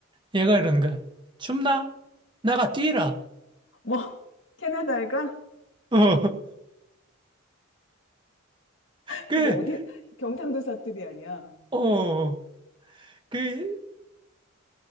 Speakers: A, on the right (about 20°); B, on the left (about 60°).
A: 얘가 이러는 거야. 춥나? 나가 뛰라.
B: <laughs> 뭐, 캐나다 애가?
A: <laughs> 어, 그,
B: 그거 어디 경상도 사투리 아니야?
A: 어, 어, 어. 그,